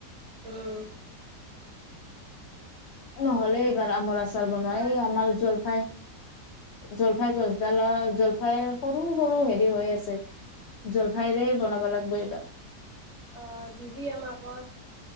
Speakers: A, on the right; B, on the left.
A: উম।
B: নহ'লে এইবাৰ আমৰ আচাৰ বনোৱা,
A: এইবাৰ
B: এই আমাৰ জলফাই জলফাই গছডালৰ জলফাইৰ সৰু সৰু হেৰি হৈ আছে। জলফাইৰে বনাব লাগিব এইবাৰ।
A: অঁ দিবি আমাকো।